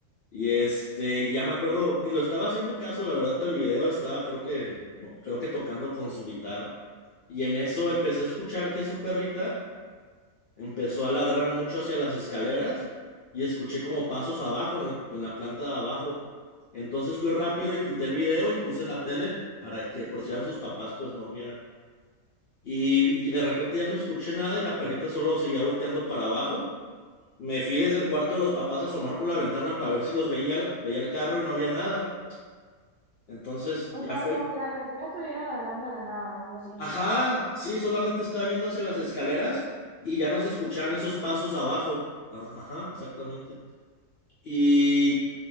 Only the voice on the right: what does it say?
O
sea,
como si la perrita estuviera ladrando a la nada, algo así.